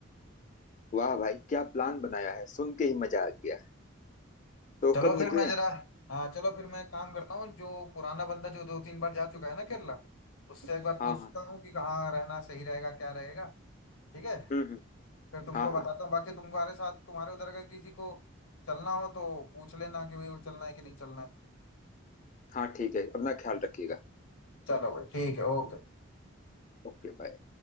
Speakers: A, on the left; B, on the left.
A: वाह भाई क्या प्लान बनाया है सुन के ही मजा आ गया तो
B: चलो
A: कब
B: फिर
A: निकलें
B: मैं जरा हाँ चलो फिर मैं काम करता हूँ जो पुराना बंदा जो दो तीन बार जा चुका है ना केरला उससे एक बार
A: हाँ
B: पूछता
A: हाँ
B: हूँ कि कहाँ रहना सही रहेगा क्या रहेगा ठीक है
A: हम्म हम्म
B: फिर तुमको
A: हाँ
B: बताता
A: हाँ
B: हूँ बाकी तुम्हारे साथ तुम्हारे उधर का किसी को चलना हो तो पूछ लेना कि भाई वो चलना है कि नहीं चलना है
A: हाँ ठीक है अपना ख्याल रखिएगा
B: चलो भाई ठीक है ओके
A: Okay bye